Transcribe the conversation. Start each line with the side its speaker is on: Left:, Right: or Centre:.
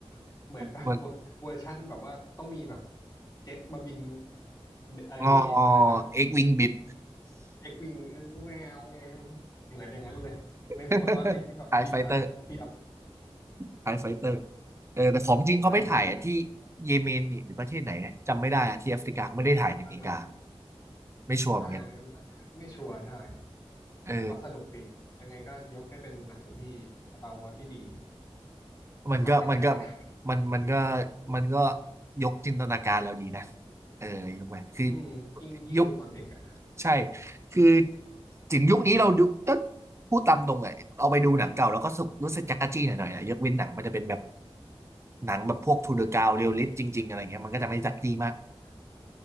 Left: ๆเหมือนแบบ
Right: เหมือน
Left: <laughs> เวอร์เวอร์ชั่นแบบว่าต้องมีแบบเจ็ตมาบินไออะไรนะ
Right: อ๋อเอ็กวิงบิด
Left: เอ็กวิงเออแมวเหมือนอย่างนั้นเลยในหัวตอนเด็กนี่แบบบินมาละเทียบ
Right: <laughs> ไทยไฟเตอร์ <laughs> ไทยไฟเตอร์เออแต่ของจริงเขาไปถ่ายที่
Left: ถ่ายไปเตอร
Right: เยเมนนี่หรือประเทศไหนเนี่ยจำไม่ได้อะที่แอฟริกาเขาไม่ได้ถ่ายในอเมริกา
Left: ์อันนั้น
Right: ไม่ชัวร์เหมือนกัน
Left: ใช่อันนั้นไม่ชัวร์ใช่
Right: เออ
Left: แต่ก็สนุกดียังไงก็ยกให้เป็นหนังที่ Star Wars ที่ดี
Right: มันก็มันก็
Left: ภาคแรกๆนะ
Right: มันมันก็มันก็ยกจินตนาการเราดีนะเออยกไปคือ
Left: อืมยิ่งยิ่งดูตอนเด็กอะ
Right: ยุคใช่คือถึงยุคนี้เราดูก็พูดตามตรงเลยเอาไปดูหนังเก่าแล้วก็รู้สึกรู้สึกจั๊กกะจี้หน่อยๆนะยกเว้นหนังมันจะเป็นแบบหนังแบบพวกทูเดอะกาวเรียลลิสต์จริงๆอะไรเงี้ยมันก็จะไม่จั๊กจี้มาก
Left: ่